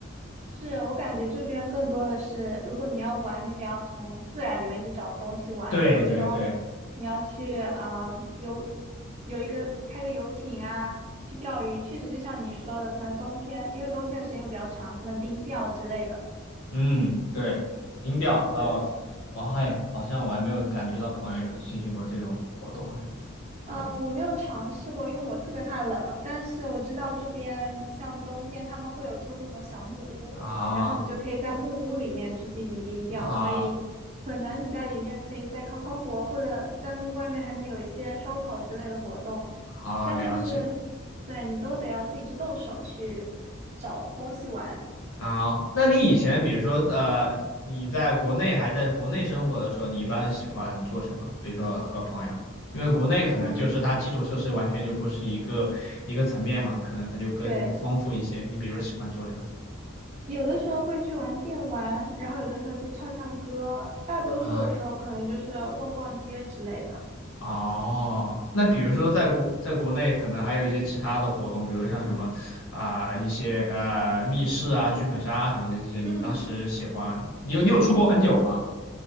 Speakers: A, on the right (about 35°); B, on the left (about 85°).
A: 是我感觉这边更多的是，如果你要玩，你得要从自然里面去找东西玩，
B: 对对对。
A: 比如说你要去啊、呃游，有一个开个游艇啊，去钓鱼，确实就像你说的，可能冬天，因为冬天的时间又比较长，可能冰钓之类的。
B: 嗯，对，音调我倒，
A: 对。
B: 我还好像我还没有感觉到朋友有进行过这种活动啊。
A: 呃，
B: 对的
A: 我没有尝试过，因为我特别怕冷。但是我知道这边像冬天他们会有租那种小木屋，
B: 啊
A: 然后你就可以在木屋里面去进行冰钓，
B: 啊，
A: 所以可能你在里面可以再烤烤火，或者在木屋外面还能有一些烧烤之类的活动。
B: 好了解
A: 但就是对你都得要自己去动手去找东西玩。
B: 啊。那你以前比如说呃，你在国内还在国内生活的时候，你一般喜欢做什么？比如说和朋友，因为国内可能就是它基础设施完全就不是一个一个层面嘛，
A: 嗯，
B: 可能它就更丰富一些。
A: 对，
B: 你比如说喜欢做什么
A: 有的时候会去玩电玩，然后有的时候去唱唱歌，大多数的时候可能就是逛逛街之类的。
B: 啊？哦，那比如说在国在国内可能还有一些其他的活动，比如像什么啊、一些呃密室啊、剧本杀啊什么的这些，
A: 嗯，
B: 你当时喜欢，你有你有出国很久吗？